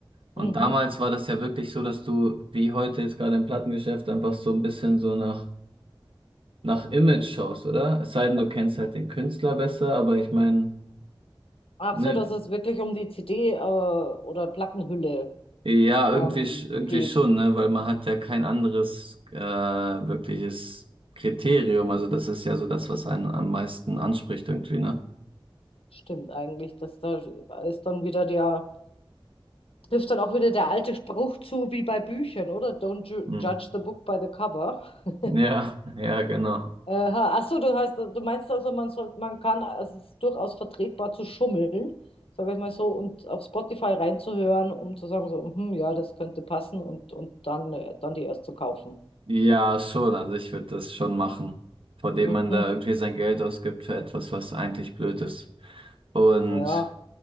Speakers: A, on the right; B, on the left.
A: Und
B: Mhm.
A: damals war das ja wirklich so, dass du, wie heute jetzt gerade im Plattengeschäft, einfach so ein bisschen so nach, nach Image schaust, oder? Es sei denn, du kennst halt den Künstler besser, aber ich meine,
B: Ach
A: ne,
B: so, dass es wirklich um die CD, äh, oder Plattenhülle,
A: Ja,
B: ähm,
A: irgendwie, sch- irgendwie
B: geht.
A: schon, ne? Weil man hat ja kein anderes äh, wirkliches Kriterium. Also das ist ja so das, was einen am meisten anspricht irgendwie, ne?
B: Stimmt eigentlich, dass da ist dann wieder der, trifft dann auch wieder der alte Spruch zu, wie bei Büchern, oder? Don't ju
A: Hm.
B: judge the book by the cover. <laughs>
A: Ja, <laughs> ja, genau.
B: Aha, ach so, du hast, du meinst also, man soll, man kann, also es ist durchaus vertretbar zu schummeln, sage ich mal so, und auf Spotify reinzuhören, um zu sagen so, hm, ja, das könnte passen und, und dann, äh, dann die erst zu kaufen.
A: Ja, schon. Also ich würde das schon machen, vor dem
B: Mhm,
A: man da irgendwie sein Geld ausgibt für etwas, was eigentlich blöd ist. Und
B: ja.